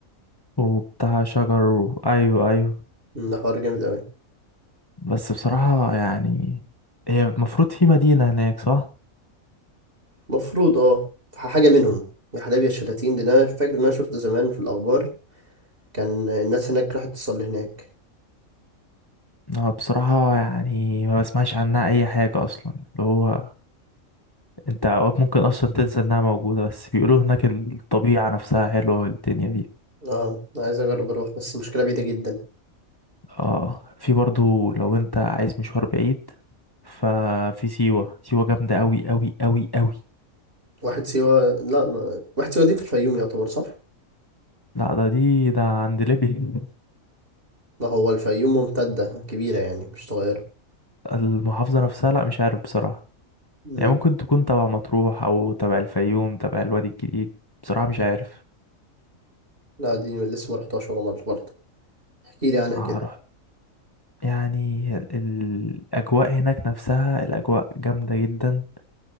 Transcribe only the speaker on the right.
مم، ده حوار جامد قوي
مفروض اه حاجه منهم يا حلايب يا شلاتين ده انا فاكر ان انا شفت زمان في الاخبار كان الناس هناك راحت تصلي هناك
اه أنا عايز اجرب اروح بس المشكله بعيده جدا
واحد سيوه لا ما... واحد سيوه دي في الفيوم يعتبر صح
ما هو الفيوم ممتده كبيره يعني مش صغيره
امم
لا دي لسه ما رحتهاش ولا مره برضه احكي لي عنها
كده